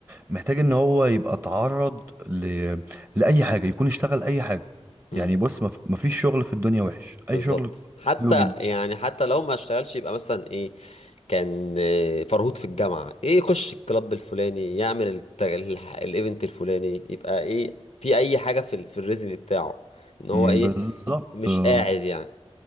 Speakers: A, on the right (about 25°); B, on the left (about 80°).
A: محتاج ان هو يبقى اتعرض ل لاي حاجه يكون اشتغل اي حاجه
B: م،
A: يعني بص مف- مفيش شغل في الدنيا وحش اي
B: بالظبط
A: شغل
B: حتى
A: حلو جدا
B: يعني حتى لو ما اشتغلش يبقى مثلا ايه كان آه، فرهود في الجامعة ايه يخش الكلاب الفلاني يعمل الت- الح- الايفنت الفلاني يبقى ايه في اي حاجة في ال- في الريزم بتاعه ان هو
A: مم،
B: ايه
A: بالظبط
B: مش
A: آه،
B: قاعد يعني